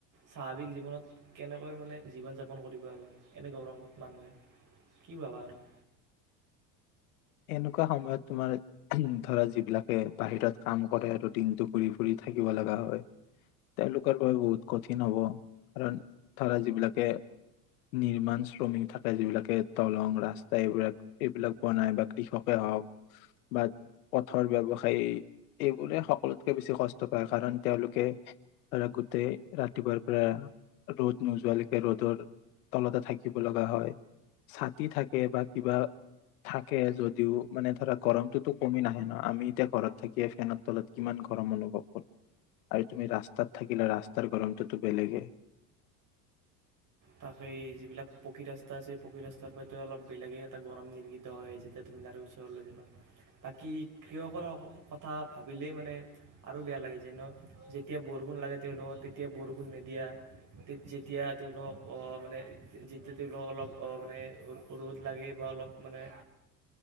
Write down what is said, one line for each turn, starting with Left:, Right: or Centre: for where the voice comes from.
Right: স্বাভাৱিক জীৱনত কেনেকৈ মানে জীৱন যাপন কৰিব আৰু এনে গৌৰৱত মানুহে কি ভাবা আৰু
Left: এনেকুৱা সময়ত তোমাৰ ধৰা যিবিলাকে বাহিৰত কাম কৰে আৰু দিনটো ঘুৰি ফুৰি থাকিব লগা হয় তেওঁলোকৰ বাবে বহুত কঠিন হব কাৰণ ধৰা যিবিলাকে নিৰ্মাণ শ্ৰমিক থাকে যিবিলাকে দলং ৰাস্তা এইবিলাক এইবিলাক বনাই বা কৃষকে হওক বা পথৰ ব্যৱসায়ী এইবোৰে সকলোতকে বেছি কষ্ট পায় কাৰণ তেওঁলোকে ধ গোটেই ৰাতিপুৱাৰ পৰা ৰ'দ নোযোৱালৈকে ৰ'দৰ তলতে থাকিব লগা হয় ছাতি থাকে বা কিবা থাকে যত দিও মানে ধৰা গৰমটোতো কমি নাহে ন আমি এতিয়া ঘৰত থাকিয়ে ফেনৰ তলত কিমান গৰম অনুভৱ কৰো আৰু তুমি ৰাস্তাত থাকিলে ৰাস্তাৰ গৰমটোতো বেলেগেই
Right: তাকেই যিবিলাক পকী ৰাস্তা আছে পকী ৰাস্তাৰ পৰাতো অলপ বেলেগেই এটা গৰম নিৰ্গিত হয় যেতিয়া তুমি তাৰে ওচৰলৈ যাবা বাকী কৃষকৰ কথা ভাবিলেই মানে আৰু বেয়া লাগে যেন যেতিয়া বৰষুণ লাগে তেওঁলোকক তেতিয়া বৰষুণ নিদিয়া তে যেতিয়া তেওঁলোকক মানে যেতিয়া তেওঁলোকক অলপ মানে ৰ'দ লাগে বা অলপ মানে